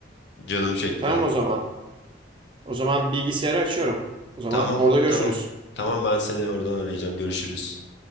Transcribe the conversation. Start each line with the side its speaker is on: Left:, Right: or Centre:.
Left: Canım çekti.
Right: Tamam o zaman. O zaman bilgisayarı açıyorum. O zaman
Left: Tamam,
Right: orada görüşürüz.
Left: tamam. Tamam ben seni oradan arayacağım. Görüşürüz.